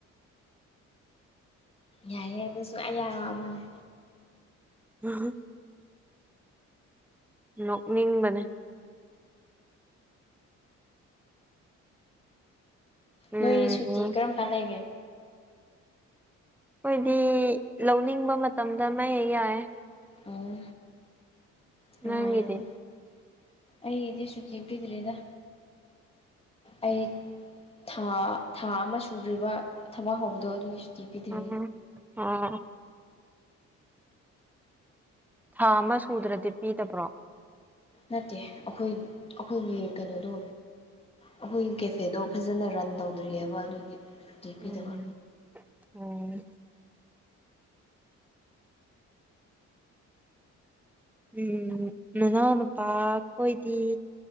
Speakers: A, on the left (about 20°); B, in the centre.
A: ꯌꯥꯏꯌꯦ ꯑꯗꯨꯁꯨ ꯑꯌꯥꯕꯅꯦ
B: <unintelligible> ꯅꯣꯛꯅꯤꯡꯕꯅꯦ ꯎꯝ
A: ꯅꯣꯏ ꯁꯨꯇꯤ ꯀꯔꯝ ꯀꯥꯟ ꯂꯩꯒꯦ
B: ꯑꯩꯈꯣꯏꯗꯤ ꯂꯧꯅꯤꯡꯕ ꯃꯇꯝꯗ ꯑꯃ ꯍꯦꯛ ꯌꯥꯏ
A: ꯑꯣ ꯅꯨꯡꯉꯥꯏꯌꯦꯅꯦ
B: ꯅꯪꯒꯤꯗꯤ
A: ꯑꯩꯗꯤ ꯁꯨꯇꯤ ꯄꯤꯗ꯭ꯔꯤꯗ ꯑꯩ ꯊꯥ ꯊꯥ ꯑꯃ ꯁꯨꯗ꯭ꯔꯤꯕ ꯊꯕꯛ ꯍꯧꯕꯗꯣ ꯑꯗꯨꯒꯤ ꯁꯨꯇꯤ ꯄꯤꯗ꯭ꯔꯤ
B: ꯎꯝ ꯑꯣ ꯊꯥ ꯑꯃ ꯁꯨꯗ꯭ꯔꯗꯤ ꯄꯤꯗꯕ꯭ꯔꯣ
A: ꯅꯠꯇꯦ ꯑꯩꯈꯣꯏ ꯑꯩꯈꯣꯏꯒꯤ ꯀꯩꯅꯣꯗꯣ ꯑꯩꯈꯣꯏꯒꯤ ꯀꯦꯐꯦꯗꯣ ꯐꯖꯅ ꯔꯟ ꯇꯧꯗ꯭ꯔꯤꯌꯦꯕ ꯑꯗꯨꯒꯤ ꯁꯨꯇꯤ ꯄꯤꯗꯕ
B: ꯎꯝ ꯑꯣ ꯎꯝ ꯅꯅꯥꯎ ꯅꯨꯄꯥꯈꯣꯏꯗꯤ